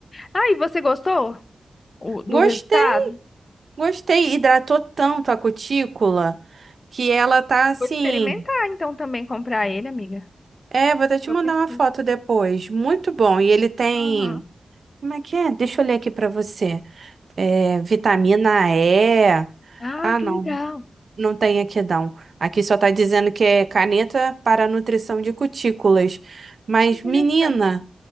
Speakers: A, on the left; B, on the right.
A: Ah, e você gostou o- do
B: Gostei,
A: resultado?
B: gostei. Hidratou tanto a cutícula que ela tá assim.
A: Vou experimentar então também comprar ele, amiga.
B: É, vou até te
A: Eu
B: mandar
A: preciso.
B: uma foto depois. Muito bom. E ele tem.
A: Aham.
B: Como é que é? Deixa eu ler aqui pra você. É, vitamina E.
A: Ah,
B: Ah,
A: que
B: não.
A: legal.
B: Não tem aqui não. Aqui só tá dizendo que é caneta para nutrição de cutículas. Mas,
A: Interessante.
B: menina,